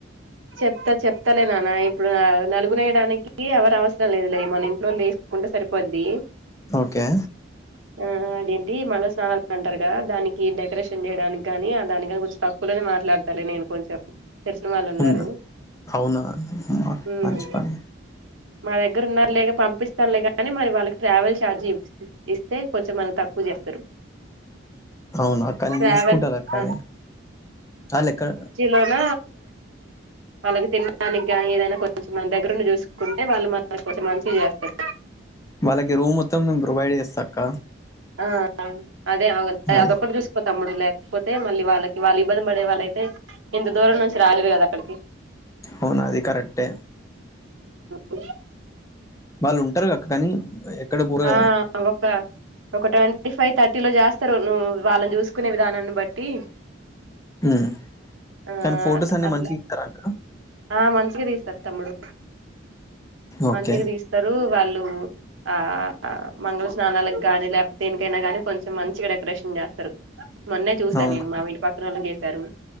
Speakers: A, on the right; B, on the left.
A: చెప్తా చెప్తలే నాన్న ఇప్పుడు నలుగులు వేయడానికి ఎవరి అవసరం లేదు లే మన ఇంట్లో ఏసుకుంటే సరిపోద్ది
B: ఓకే
A: ఆ అదేంటి మంగళ స్నానాలు అంటారు కదా దానికి డెకరేషన్ చేయడానికి కాని దాని కాని కొంచెం తక్కు క్కువ లోనే మాట్లాడతాలే నేను కొంచెం తెలిసిన వాళ్ళు ఉన్నారు
B: ఉంది అవునా
A: ఉమ్
B: మంచి పని
A: మా దగ్గర ఉన్నారు లేగా పంపిస్తారులే గానీ మరి వాళ్ళకి ట్రావెల్ ఛార్జ్ ఇ ఇస్తే కొంచెం మనకి తక్కువ చేస్తారు
B: అవునా కానీ నేను
A: ట్రావెల్
B: చూసుకుంటా లే అక్క
A: ఆ
B: ఆది కాని ఎక్కడ
A: మన మనకి తినడానికిని ఏదైనా కొంచెం మన దగ్గరుండి చూసు సుకుంటే వాళ్ళు మనకి కొంచం మంచిగా చేస్తారు
B: వాళ్ళకి రూమ్ మొత్తం మేము ప్రొవైడ్ చేస్తా అక్క
A: ఆ అదే అవ
B: అదే
A: అదొక్కటి చూసుకో తమ్ముడు లేక పోతే మళ్ళీ వాళ్ళకి వాళ్ళు ఇబ్బంది పడే వాళ్ళ అయితే ఇంత దూరం నుంచి రాలేరు కదా అక్కడికి
B: ఆవునా అది కరెక్టే
A: ఉ
B: వాళ్ళు ఉంటారు అక్క కానీ ఎక్కడ పోరు కదా!
A: ఆ <unintelligible> ఒక ట్వంటీ ఫైవ్ థర్టీ లో చేస్తారు నువ్వు వాళ్ళని చూసుకునే విధానాన్ని బట్టి
B: ఉ
A: ఆ
B: కానీ ఫొటోస్ అన్ని
A: అట్లా
B: మంచిగా తీస్తారా అక్క
A: ఆ మంచిగా తీస్తారు తమ్ముడు
B: ఓకే.
A: మంచిగా తీస్తారు వాళ్ళు ఆ మంగళ స్నానాలకు గాని లేకపోతే దేనికైనా గానీ కొంచెం మంచి డెకరేషన్ చేస్తారు మొన్నే చూశాను
B: అవును.
A: నేను మా ఇంటి పక్కన వాళ్ళకి చేశారు